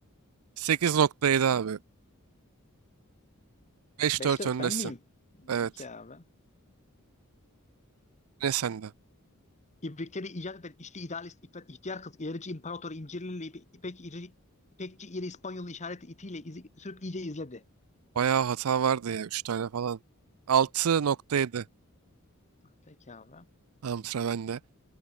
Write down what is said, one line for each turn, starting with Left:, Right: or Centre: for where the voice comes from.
Right: 8.7 abi. beş
Left: Beşte
Right: dört
Left: evet,
Right: öndesin.
Left: ben miyim?
Right: Evet.
Left: Okey abi.
Right: Ne sende?
Left: İbrikleri icat eden içli idealist İffet ihtiyar kız ilerici imparatoru İncirlili İpe- İpek İri, İpekçi İri İspanyol'un işareti itiyle izi, sürüp iyice izledi.
Right: Bayağı hata vardı ya. 3 tane falan. 6.7.
Left: Peki abi.
Right: Tamam sıra bende.